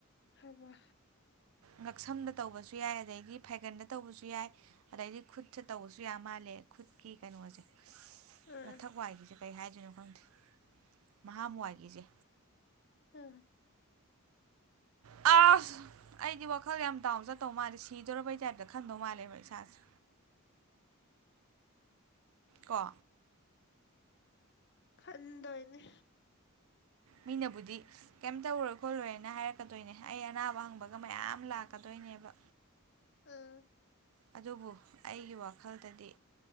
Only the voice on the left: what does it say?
ꯍꯩꯃꯥ
ꯑꯥ
ꯑ
ꯈꯟꯗꯣꯏꯅꯦ
ꯎꯝ